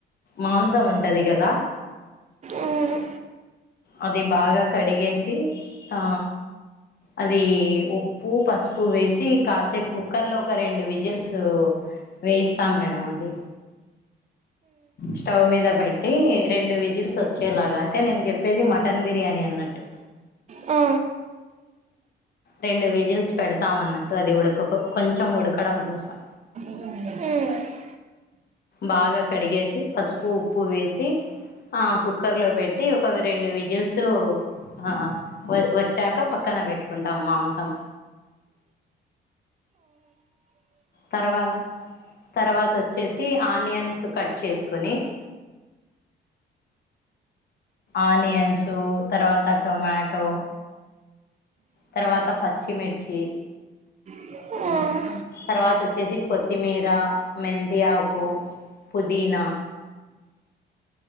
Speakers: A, on the left; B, on the right.
A: మాంసం ఉంటది కదా
B: అవును
A: అది బాగా కడిగేసి ఆ అది ఉప్పు పసుపు వేసి కాసేపు కుక్కర్ లో ఒక రెండు విజిల్స్ వేయిస్తాం మేడం అది స్టవ్ మీద పెట్ ట్టి రెండు విజిల్స్ వచ్చేలాగా అంటే నేను చెప్పేది మటన్ బిర్యానీ అన్నట్టు
B: ఆ
A: రెండు విజిల్స్ పెడతాము అన్నట్టు అది ఉడక కొంచెం ఉడకడం కోసం
B: ఉమ్
A: బాగ కడిగేసి పసుపు ఉప్పు వేసి ఆకు కుక్కర్ లో పెట్టి ఒక రెండు విజిల్స్ ఆవచ్చాక పక్కన పెట్టు కుంటాం మాంసం తర్వా తర్వాత వచ్చేసి ఆనియన్స్ కట్ చేసుకొని ఆనియన్సు తర్వాత టొమాటో తర్వాత పచ్చిమిర్చి
B: ఆ
A: తర్వాత వచ్చేసి కొత్తిమీర మెంతిఆకు పుదీనా